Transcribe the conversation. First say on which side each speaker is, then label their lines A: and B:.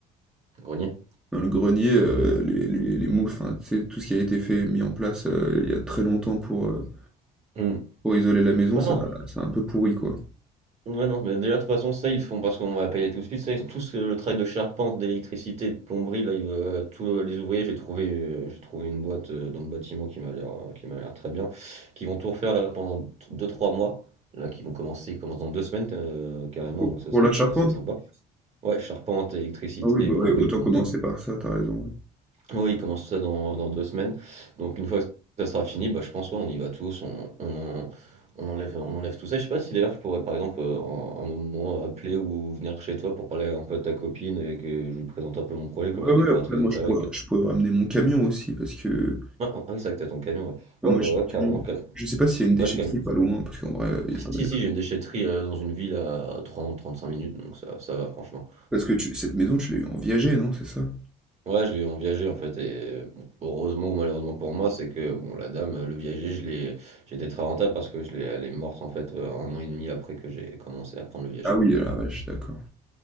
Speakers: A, on the right; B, in the centre.
A: grenier.
B: dans le grenier, euh, les, les, les mouches, enfin, tu sais, tout ce qui a été fait, mis en place euh, il y a très longtemps pour, euh,
A: Hmm.
B: Pour isoler la maison,
A: Ouais,
B: ça
A: non,
B: c'est un peu pourri, quoi.
A: ouais, non, mais déjà, de toute façon, ça, ils le font parce qu'on va payer tout de suite, ça, ils- tout ce, le travail de charpente, d'électricité, de plomberie, là, ils, euh, tous euh, les ouvriers, j'ai trouvé, euh, j'ai trouvé une boîte euh, dans le bâtiment qui m'a l'air, euh, qui m'a l'air très bien, qui vont tout refaire, là, pendant deux trois mois. Là, qui vont commencer, ils commencent dans deux semaines euh, carrément,
B: Pour,
A: donc ça
B: pour
A: c'est
B: la charpente?
A: c'est sympa. Ouais, charpente, électricité,
B: Ah oui, bah
A: plomberie,
B: ouais, autant
A: comment
B: commencer
A: tout.
B: par ça, t'as raison, ouais.
A: Oui, il commence tout ça dans, dans deux semaines. Donc une fois que ça sera fini, bah, je pense ouais, on y va tous, on, on, en- on enlève, on enlève tout ça. Je sais pas si d'ailleurs je pourrais par exemple euh, en- un moment appeler ou venir chez toi pour parler un peu de ta copine et que je lui présente un peu mon projet comme
B: Ouais,
A: la
B: ouais,
A: décoratrice
B: après, moi,
A: d'intérieur.
B: je pourrais,
A: et que-
B: je pourrais ramener mon camion aussi, parce que...
A: Ah, ah oui, c'est vrai que t'as ton camion, ouais.
B: bah,
A: Ouais,
B: moi,
A: bah
B: j'ai
A: ouais,
B: mon camion.
A: carrément, ca-
B: Je sais pas s'il
A: ouais,
B: y a une déchetterie
A: le camion.
B: pas loin, parce qu'en vrai, il y a pas mal
A: Si,
B: de
A: si,
B: trucs.
A: j'ai une déchetterie euh, dans une ville à 30-35 minutes, donc ça, ça va franchement.
B: Parce que tu- cette maison, tu l'as eu en viager, non? C'est ça?
A: Ouais, je l'ai eu en viager en fait, et bon, heureusement ou malheureusement pour moi, c'est que bon, la dame, euh, le viager, je l'ai, j'étais très rentable parce que je l'ai, elle est morte en fait euh, un an et demi après que j'ai commencé à prendre le viager.
B: Ah oui, la vache, d'accord.